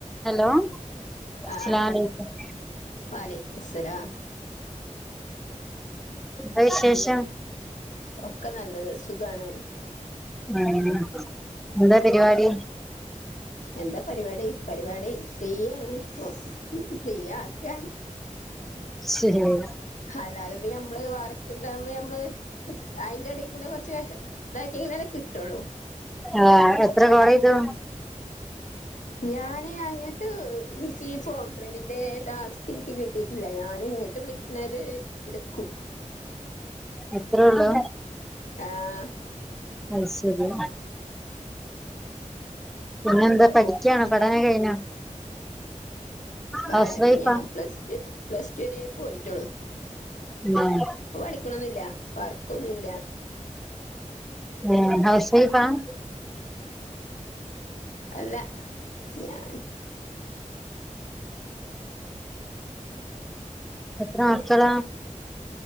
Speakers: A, in the centre; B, on the left.
A: Hello <unintelligible>
B: ആഹ് വലൈക്കുമുസ്സലാം
A: എന്താ വിശേഷം
B: ഒക്കെ നല്ലത് സുഖാണ്
A: ഉം എന്താ പരിപാടി
B: എന്താ പരിപാടി പരിപാടി ഫ്രീയാണ് ഇപ്പൊ ഫ്രീ ആക്ക
A: ശരി ഉം
B: അല്ലാതെ നമ്മള് വർക്ക്‌ണ്ടാകുമ്പ നമ്മള് അയിന്റെ എടേകൂടെ കുറച്ച് ഇതാക്കി <unintelligible> കിട്ടുള്ളൂ
A: ആ എത്ര കാൾ ചെയ്തു
B: ഞാന് അങ്ങട്ട് എനിക്ക് ഈ ഫോം ഫ്രണ്ടിന്റെ ടാസ്ക് എനിക്ക് കിട്ടിയിട്ടില്ല ഞാന് ഇങ്ങോട്ട് വിളിക്ക ണത് എടുക്കും
A: അത്ര ഒള്ളൂ
B: ആഹ്
A: അ ശരിയാ പിന്നെന്താ പഠിക്കണോ പഠനം കഴിഞ്ഞോ
B: പഠനം
A: ഹൗസ് വൈഫാ
B: ഞാൻ പ്ലസ് ടു പ്ലസ്ടു വരെ പോയിട്ടോളൂ
A: ഉം
B: ഇപ്പൊ പഠിക്കണൊന്നുല്ല വർക്കൊന്നുല്ല
A: ഏ ഹൗസ് വൈഫ്‌ ആഹ്
B: അല്ല ഞാൻ
A: എത്ര ആൾക്കള